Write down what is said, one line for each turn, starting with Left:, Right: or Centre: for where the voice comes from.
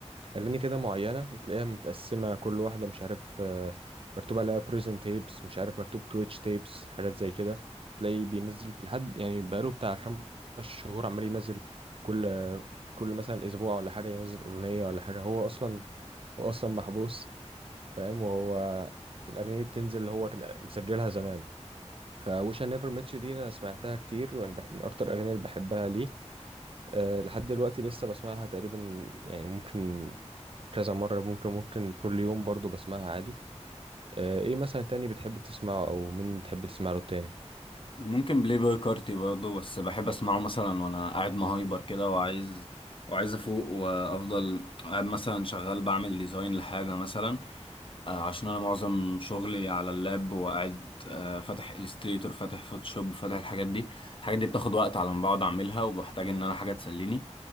Right: أغاني كده معينة تلاقيها متقسمة كل واحدة مش عارف آه، مكتوب عليها بريزن تيبس مش عارف مكتوب تويتش تيبس حاجات زي كده تلاقيه بينزل لحد يعني بقاله بتاع خمس شهور عمال ينزل كل كل مثلا أسبوع ولا حاجة ينزل أغنية ولا حاجة هو أصلا هو أصلا محبوس فاهم وهو الأغنية دي بتنزل اللي هو كان مسجلها زمان فوش I نيفر ميت يو دي أنا سمعتها كتير ومن بح- من أكتر الأغاني اللي بحبها ليه أه لحد دلوقتي لسه بسمعها تقريبا يعني ممكن كذا مرة ممكن ممكن كل يوم برضو بسمعها عادي آه، ايه مثلا تاني بتحب تسمعه او مين بتحب تسمع له تاني
Left: ممكن بلاي بوي كارتي برضه بس بحب اسمعه مثلا وانا قاعد مهايبر كده وعايز وعايز افوق وافضل قاعد مثلا شغال بعمل ديزاين لحاجه مثلا آه، عشان انا معظم شغلي على اللاب وقاعد آه، فاتح الستريتور فاتح فوتوشوب فاتح الحاجات دي الحاجات دي بتاخد وقت على ما بقعد اعملها وبحتاج ان انا حاجه تسليني